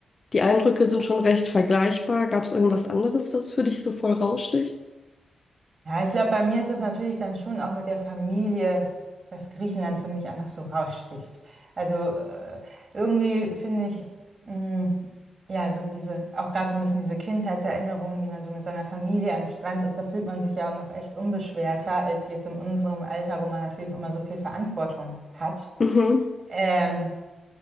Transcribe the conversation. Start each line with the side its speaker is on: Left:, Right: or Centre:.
Left: die Eindrücke sind schon recht vergleichbar. Gab es irgendwas anderes, was für dich so voll raussticht?
Right: Ja, ich glaube, bei mir ist das natürlich dann schon auch mit der Familie, dass Griechenland für mich einfach so raussticht. Also äh, irgendwie finde ich, mh, ja, so diese, auch gerade so ein bisschen diese Kindheitserinnerungen, wie man so mit seiner Familie am Strand ist, da fühlt man sich ja noch echt unbeschwerter als jetzt in unserem Alter, wo man natürlich auch immer so viel Verantwortung hat.
Left: Mhm.
Right: Ähm,